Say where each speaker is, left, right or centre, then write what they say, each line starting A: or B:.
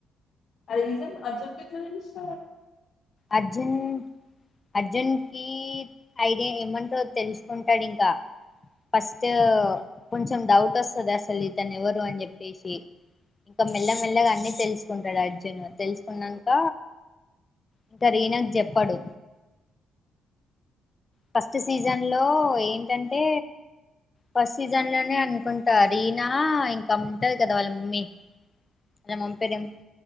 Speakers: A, on the left; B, on the left.
A: అ రీజన్ అర్జున్ కు ఎట్లా తెలుసు
B: అర్జన్ అర్జున్కి ఐడియా ఏమంటో తెలుసుకుంటాడు ఇంకా ఫస్ట్ కొంచెం డౌట్ వస్తుంది అసలు ఇతను ఎవరు అని చెప్పేసి ఇం మెల్ల మెల్లగాఅన్ని తెలుసు కుంటాడు అర్జును తెలుసుకున్నాక ఇంక రీనాకు చెప్పడు ఫస్ట్ సీజన్ లో ఏంటంటే ఫస్ట్ సీజన్ లోనే అనుకుంటా రీనా ఇంకా ఉంటది కదా వాళ్ళ మమ్మీ వాళ్ళ మమ్మీ పేరేం